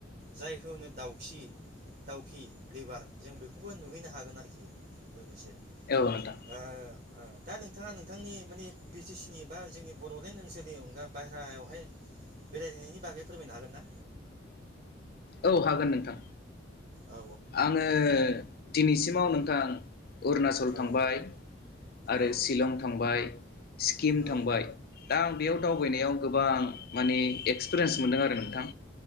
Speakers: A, on the right; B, on the left.
A: जायखौ दाउखि दाउखि रिभार जों बेखौबो नुहैनो हागोन आरोखि लोगोसे।
B: औ नोंथां
A: ओओ दा नोंथाङा नों थांनि माने बि टि सि नि बा जोंनि बड'लेण्ड ओनसोलनि अनगा बाहेरायावहाय बेरायनायनि बागै फोरमायनो हागोन ना?
B: औ हागोन नोंथां।
A: औ
B: आङो दिनैसिमाव नोंथां अरुणाचल
A: औ
B: थांबाय आरो
A: औ
B: शलं थांबाय स्किम
A: औ
B: थांबाय दा आं बेयाव दावबायनायाव गोबां माने
A: औ
B: एक्सपिरियेन्स मोनदों आरो नोंथां